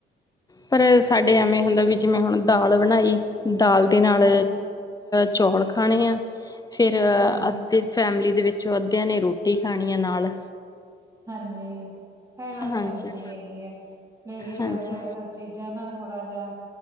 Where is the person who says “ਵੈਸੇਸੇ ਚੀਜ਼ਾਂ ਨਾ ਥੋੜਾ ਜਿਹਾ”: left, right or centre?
Right